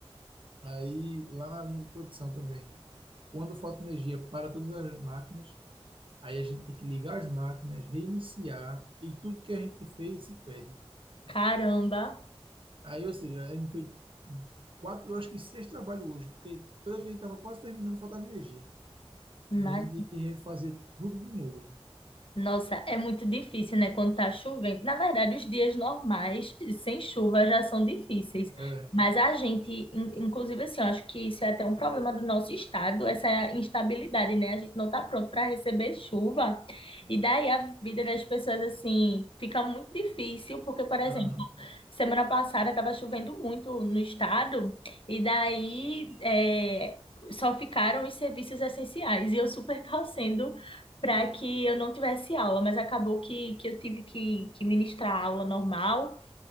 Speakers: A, on the right; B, on the left.
A: Aí lá na linha de produção também. Quando falta energia para todas as máquinas, aí a gente tem que ligar as máquinas, reiniciar e tudo que a gente fez se perde.
B: Caramba,
A: Aí, ou seja, a gente fez quatro, eu acho que seis trabalhos hoje, porque toda vez que a gente estava quase terminando, faltava energia.
B: mas
A: E a gente tem que refazer tudo de novo.
B: Nossa, é muito difícil, né, quando tá chovendo. Na verdade, os dias normais, sem chuva, já são difíceis.
A: É,
B: Mas a gente, in- inclusive, assim, eu acho que isso é até um problema do nosso estado, essa instabilidade, né? A gente não tá pronto para receber chuva. E daí a vida das pessoas, assim, fica muito difícil, porque, por exemplo,
A: aham,
B: semana passada estava chovendo muito no estado, e daí. é, Só ficaram os serviços essenciais. E eu super <laughs> torcendo para que eu não tivesse aula, mas acabou que, que eu tive que, que ministrar a aula normal.